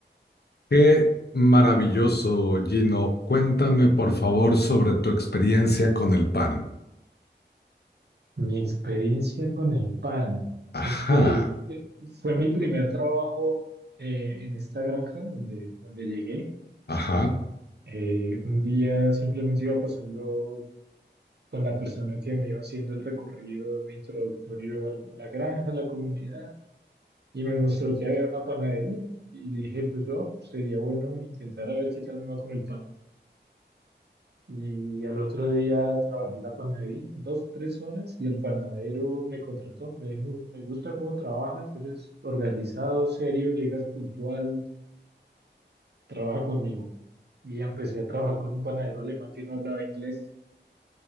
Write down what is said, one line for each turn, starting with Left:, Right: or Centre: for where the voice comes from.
Left: qué maravilloso, Gino. Cuéntame, por favor, sobre tu experiencia con el pan.
Right: Mi experiencia con el pan.
Left: Ajá,
Right: Ok, eh, fue mi primer trabajo eh, en esta granja donde, donde llegué.
Left: ajá,
Right: Eh, un día simplemente iba pasando con la persona que me iba haciendo el recorrido introductorio al- a la granja, a la comunidad, y me mostró que había una panadería. Y dije, pues oh, sería bueno intentar a ver qué tal me va con el pan. Y al otro día trabajé en la panadería, dos, tres horas, y el panadero me contrató. Me dijo, me gusta cómo trabajas, eres organizado, serio, llegas puntual, trabaja conmigo. Y empecé a trabajar con un panadero alemán que no hablaba inglés.